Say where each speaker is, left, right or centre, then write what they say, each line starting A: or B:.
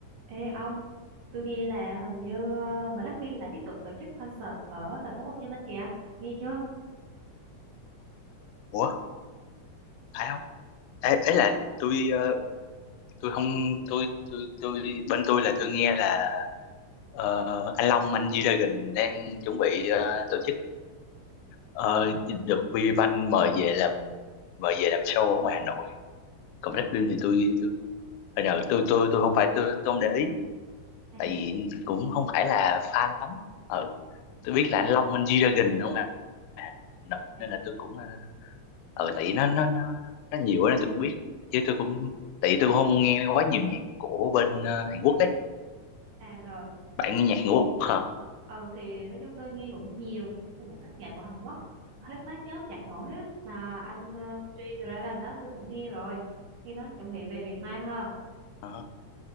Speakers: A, on the right; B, on the left.
A: Ê ông, tôi nghe là hình như ờ, Blackpink lại tiếp tục tổ chức concert ở thành phố Hồ Chí Minh kìa, nghe chưa?
B: ủa phải không ấy, ấy là tôi ờ, tôi không tôi tôi tôi bên tôi là tôi nghe là ờ, anh Long anh G-Dragon đang chuẩn bị ờ, tổ chức ờ, được VPBank mời về làm mời về làm show ở ngoài Hà Nội còn
A: À,
B: Blackpink thì tôi tôi hồi nào tôi tôi tôi không phải tôi tôi không để ý
A: à,
B: tại vì cũng không phải là fan lắm ừ tôi biết là anh Long anh G-Dragon đúng không ạ à, Nội
A: à,
B: nên là tôi cũng ờ, ừ tại vì nó nó nó nó nhiều á nên tôi cũng biết chứ tôi cũng tại vì tôi cũng không nghe quá nhiều nhạc của bên ờ, Hàn Quốc ấy
A: à rồi,
B: bạn nghe nhạc Hàn Quốc hả
A: ừ thì nói chung tôi nghe cũng nhiều, tôi cũng thích nhạc của Hàn Quốc, hết mấy nhóm nhạc nổi á, mà anh ờ, G-Dragon đó tôi cũng nghe rồi, nghe nói chuẩn bị về Việt Nam ha,
B: Ờ,